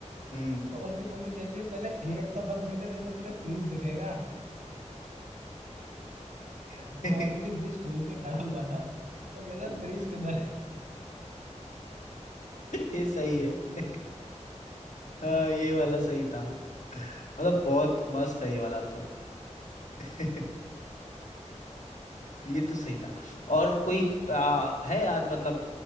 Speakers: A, on the left; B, on the right.
A: हम्म
B: तो उसकी मम्मी कहती है पहले गेट तो बंद कर ले तभी तो तुझे फ्रिज दिखेगा
A: <laughs>
B: वो ऑलरेडी फ्रिज खोल के खड़ा हुआ था वो तो कहता है फ्रिज किधर है
A: ये सही है <laughs> हाँ ये वाला सही था मतलब बहुत मस्त है ये वाला तो <laughs> ये तो सही था और कोई आ, है याद मतलब